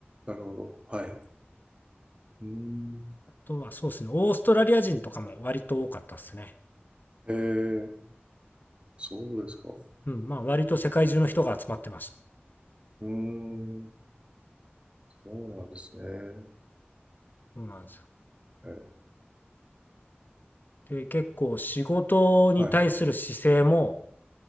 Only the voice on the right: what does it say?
なるほど。はい。うーん。
えー、そうですか。
うーん、そうなんですね。
え
はい。